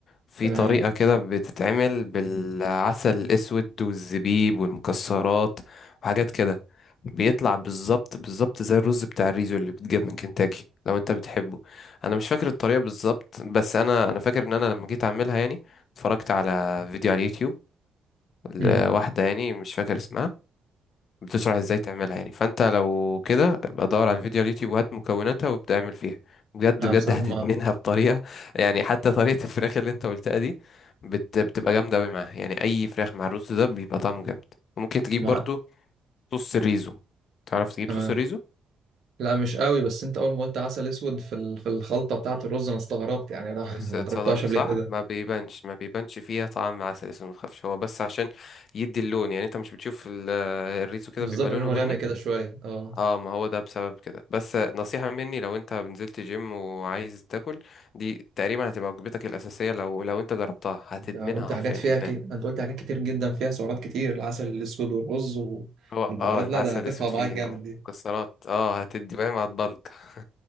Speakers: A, on the left; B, on the right.
A: في
B: تمام
A: طريقة كده بتتعمل بالعسل الأسود والزبيب والمكسرات وحاجات كده بيطلع بالظبط بالظبط زي الرز بتاع الريزو اللي بيتجاب من كنتاكي لو انت بتحبه انا مش فاكر الطريقة بالظبط بس انا انا فاكر ان انا لما جيت اعملها يعني اتفرجت على فيديو على اليوتيوب لواحدة
B: مم.
A: يعني مش فاكر اسمها بتشرح ازاي تعملها يعني فانت لو كده ابقى دور على الفيديو على اليوتيوب وهات مكوناتها وابدا اعمل فيها بجد
B: أنا
A: بجد
B: بصراحة
A: <laughs> هتدمنها
B: ما
A: بطريقه يعني حتى طريقه الفراخ اللي انت قلتها دي بت... بتبقى جامده قوي معاها يعني اي فراخ مع الرز ده بيبقى طعمه جامد وممكن تجيب
B: ما
A: برضو صوص الريزو تعرف تجيب
B: تمام
A: صوص الريزو
B: لا مش قوي بس انت اول ما قلت عسل اسود في ال- في الخلطه بتاعه الرز انا استغربت يعني انا
A: بس
B: <laughs> ما
A: اتصدمت
B: جربتهاش قبل
A: صح
B: كده
A: ما بيبانش ما بيبانش فيها طعم عسل اسود ما تخافش هو بس عشان يدي اللون يعني انت مش بتشوف ال- الريزو كده
B: بالظبط
A: بيبقى لونه
B: لونه
A: بني
B: غامق كده شويه اه
A: اه ما هو ده بسبب كده بس نصيحة مني لو انت نزلت جيم وعايز تاكل دي تقريبا هتبقى وجبتك الأساسية لو لو انت جربتها هتدمنها
B: انت قلت
A: حرفيا
B: حاجات فيها
A: ادمان
B: ك... انت قلت حاجات كتير جدا فيها سعرات كتير العسل الاسود والرز و...
A: هو
B: والبهارات
A: اه العسل
B: لا ده هترفع
A: الاسود
B: معاك
A: فيه
B: جامد
A: او
B: دي
A: مكسرات اه هتدي فاهم هتبلك <laughs>